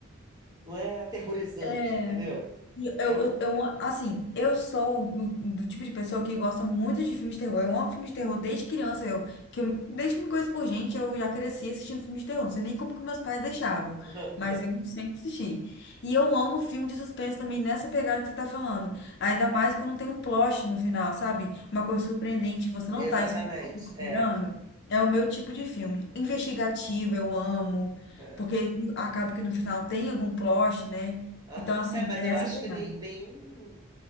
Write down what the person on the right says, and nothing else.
não é aterrorizante,
entendeu?
É um...
<laughs>
Exatamente,
é.
É,
Ah,
é, mas
eu
acho
que nem, nenhum